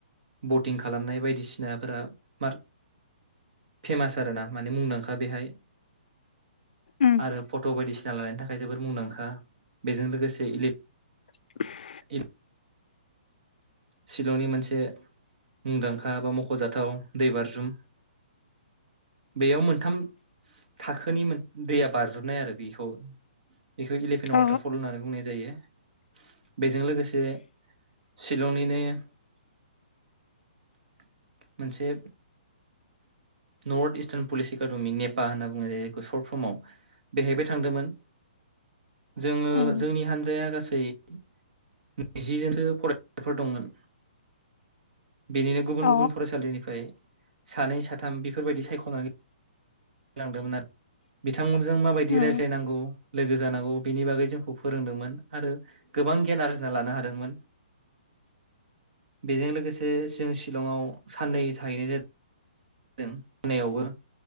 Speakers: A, on the right (about 65°); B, on the left (about 75°).
A: बटिं खालामनाय बायदिसिनाफोरा मार फेमास आरो ना माने मुंदांखा बेहाय
B: उम
A: आरो फट' बायदिसिना लानायनि था खाय जोबोर मुंदांखा बेजों लोगोसे इलिफ
B: <inaudible>
A: इ शिलंनि मोनसे मुंदांखा बा मख'जाथाव दै बारज्रुम बेयाव मोनथाम थाखोनि मोन दैया बारज्रुमनाय आरो बेखौ बेखौ इलिभेन
B: अ
A: वाटारफल होननानै बुंनाय जायो बेजों लोगोसे सिट <unintelligible> मोनसे नर्थ इस्टार्न पुलिस एकाडेमि नेपा होनना बुङो जायो जायखौ सर्ट र्पमयाव बेहायबो थांदोंमोन जोङो
B: उम
A: जोंनि हानजाया गासै दै नैजिजोनसो फरायसाफोर दंमोन बेनिनो गुबुन
B: अ
A: गुबुन फरायसालिनिफ्राय सानै साथाम बेफोरबायदि सायख'नानै लांदोंमोन आरो बिथांमोनजों माबायदि
B: उम
A: रायज्लायनांगौ लोगो जानांगौ बिनि बागै जोंखौ फोरोंदोंमोन आरो गोबां गियान आरजिना लानो हादोंमोन बेजों लोगोसे जों शि शिलंआव साननै थाहैनाय जादों जादों <unintelligible> नायावबो